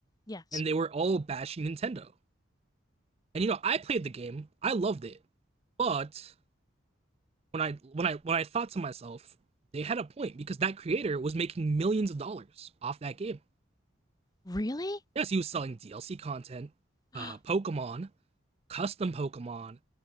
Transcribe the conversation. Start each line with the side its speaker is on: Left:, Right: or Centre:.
Left: Yes.
Right: and they were all bashing Nintendo. And you know, I played the game, I loved it, but when I when I when I thought to myself, they had a point because that creator was making millions of dollars off that game.
Left: Really?
Right: Yes, he was selling DLC content,
Left: <gasps>
Right: uh, Pokemon, custom Pokemon,